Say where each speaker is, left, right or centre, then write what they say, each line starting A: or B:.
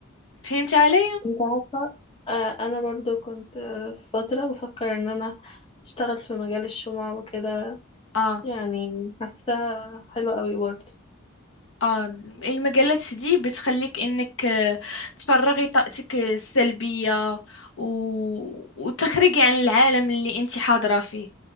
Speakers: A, on the left (about 75°); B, on the left (about 25°).
A: فهمت علي
B: انت عارفة آه، انا برضو كنت آه، في فترة بفكر ان انا اشتغل في مجال الشمع وكده
A: اه
B: يعني حاسة حلوة قوي برضو
A: اه المجلات دي بتخليك انك آه، تفرغي طاقتك السلبية و... وتخرجي عن العالم اللي انت حاضرة فيه